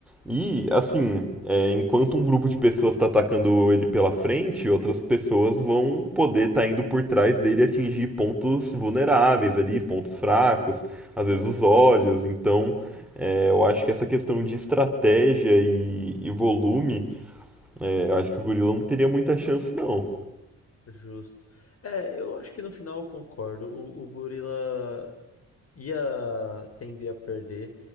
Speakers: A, in the centre; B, on the left (about 55°).
A: E assim, é, enquanto um grupo de pessoas está atacando ele pela frente, outras pessoas vão poder estar indo por trás dele e atingir pontos vulneráveis ali, pontos fracos, às vezes
B: é,
A: os olhos. Então é, eu acho que essa questão de estratégia e, e volume, é, eu acho que o gorila não teria muita chance, não.
B: justo. É, eu acho que no final eu concordo. O, o gorila ia tender a perder.